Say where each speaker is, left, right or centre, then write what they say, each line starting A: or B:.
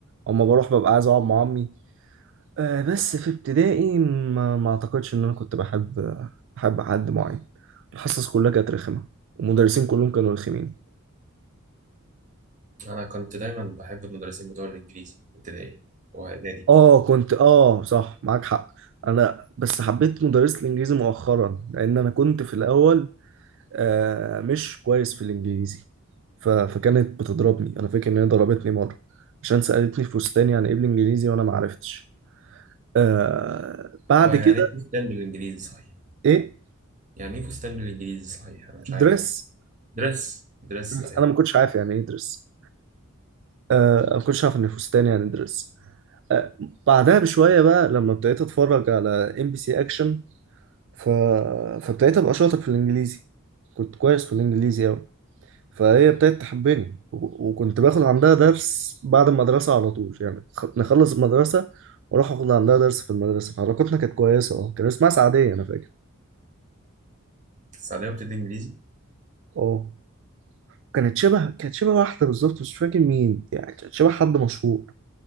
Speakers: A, on the right (about 60°); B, on the right (about 35°).
A: اما بروح ببقى عايز اقعد مع عمي آه بس في ابتدائي ما, ما اعتقدش ان انا كنت بحب بحب حد معين الحصص كلها كانت رخمه المدرسين كلهم كانوا رخمين
B: أنا كنت دايما بحب المدرسين بتوع الإنجليزي في ابتدائي وإعدادي
A: اه كنت اه صح معاك حق انا بس حبيت مدرسة الانجليزي مؤخرا لان انا كنت في الاول آه مش كويس في الانجليزي ف... فكانت بتضربني انا فاكر ان هي ضربتني مرة عشان سألتني في فستان يعني ايه بالانجليزي وانا ما عرفتش آه بعد
B: ويعني
A: كده
B: ايه فستان بالانجليزي صحيح
A: ايه
B: يعني ايه فستان بالانجليزي صحيح انا مش عارف
A: دريس
B: درس درس
A: دريس
B: ايوه
A: انا ما كنتش عارف يعني ايه دريس آه ما كنتش عارف ان الفستان يعني دريس آه بعدها بشوية بقى لما ابتديت اتفرج على ام بي سي اكشن ف... فابتديت ابقى شاطر في الانجليزي كنت كويس في الانجليزي قوي فهي ابتدت تحبني و... وكنت باخد عندها درس بعد المدرسه على طول يعني خ... نخلص المدرسه واروح اخد عندها درس في المدرسه فعلاقتنا كانت كويسه اه كان اسمها سعديه انا فاكر
B: السعودية بتدي انجليزي
A: اه كانت شبه كانت شبه واحده بالظبط مش فاكر مين يعني كانت شبه حد مشهور